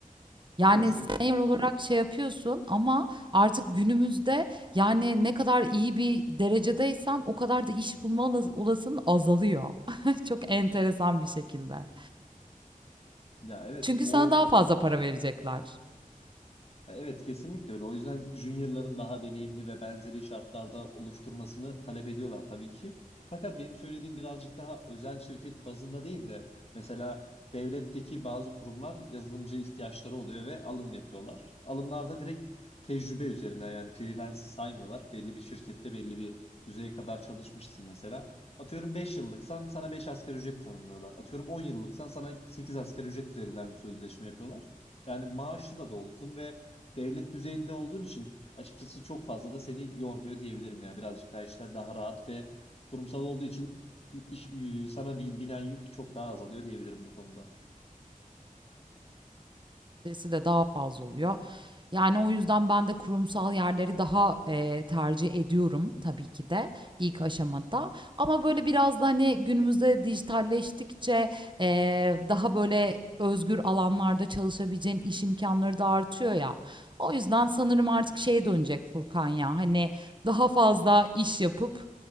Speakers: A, on the right (about 35°); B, on the left (about 45°).
A: Yani
B: nasıl?
A: senior olarak şey yapıyorsun ama artık günümüzde yani ne kadar iyi bir derecedeysen o kadar da iş bulma olas- olasılığın azalıyor. <laughs> Çok enteresan bir şekilde.
B: Ya evet
A: Çünkü
B: o
A: sana daha fazla para verecekler.
B: Evet kesinlikle öyle. O yüzden juniorların daha deneyimli ve benzeri şartlarda oluşturmasını talep ediyorlar tabii ki. Fakat benim söylediğim birazcık daha özel şirket bazında değil de mesela devletteki bazı kurumlar yazılımcı ihtiyaçları oluyor ve alım yapıyorlar. Alımlarda direkt tecrübe üzerinden yani freelance'ı saymıyorlar. Belli bir şirkette belli bir düzeye kadar çalışmışsın mesela. Atıyorum 5 yıllıksan sana 5 asgari ücret tanımlıyorlar. Atıyorum 10 yıllıksan sana 8 asgari ücret üzerinden bir sözleşme yapıyorlar. Yani maaşı da dolgun ve devlet düzeyinde olduğun için açıkçası çok fazla da seni yormuyor diyebilirim ya. Birazcık daha işler daha rahat ve kurumsal olduğu için iş, sana bir binen yük çok daha azalıyor diyebilirim bu konuda.
A: stresi de daha fazla oluyor. Yani o yüzden ben de kurumsal yerleri daha eee, tercih ediyorum tabii ki de ilk aşamada. Ama böyle biraz da hani günümüzde dijitalleştikçe eee, daha böyle özgür alanlarda çalışabileceğin iş imkanları da artıyor ya. O yüzden sanırım artık şeye dönecek Furkan ya hani daha fazla iş yapıp